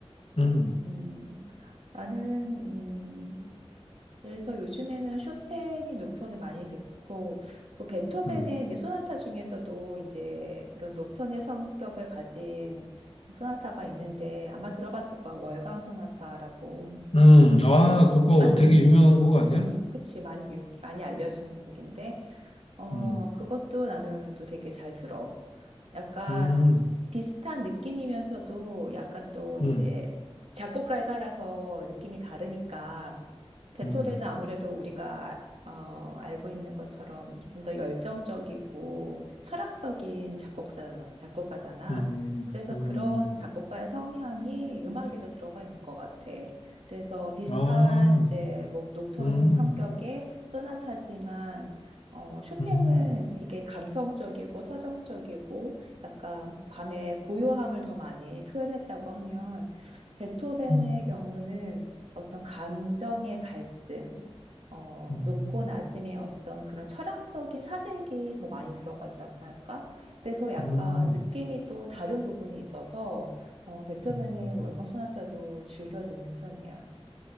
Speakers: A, on the left (about 70°); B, on the right (about 70°).
A: 음,
B: 음, 나는, 음, 그래서 요즘에는 쇼팽의 녹턴을 많이 듣고 그 베토벤의
A: 음,
B: 이제 소나타 중에서도 이제 그런 녹턴의 성격을 가진 소나타가 있는데 아마 들어봤을 거야. 월광 소나타라고
A: 음. 아, 그거
B: 많이
A: 되게
B: 음,
A: 유명한 곡 아니야?
B: 많이 그치 많이 유- 많이 알려진 곡인데 어,
A: 음,
B: 그것도 나는 또 되게 잘 들어. 약간
A: 음,
B: 비슷한 느낌이면서도 약간 또 이제
A: 음,
B: 작곡가에 따라서 느낌이 다르니까 베토벤은
A: 음,
B: 아무래도 우리가 어, 알고 있는 것처럼 좀 더 열정적이고 철학적인 작곡자잖아, 작곡가잖아.
A: 음,
B: 그래서
A: 음.
B: 그런 작곡가의 성향이 음악에도 들어가 있는 것 같아. 그래서 비슷한
A: 아,
B: 이제 뭐 녹톤
A: 음,
B: 성격의 소나타지만 어, 쇼팽은
A: 음,
B: 되게 감성적이고 서정적이고 약간 밤의 고요함을 더 많이 표현했다고 하면 베토벤의
A: 음,
B: 경우는 어떤 감정의 갈등, 어,
A: 음,
B: 높고 낮음의 어떤 그런 철학적인 사색이 더 많이 들어가 있다고나 할까? 그래서 약간
A: 음.
B: 느낌이 또 다른 부분이 있어서 어, 베토벤의
A: 음,
B: 월광 소나타도 즐겨 듣는 편이야.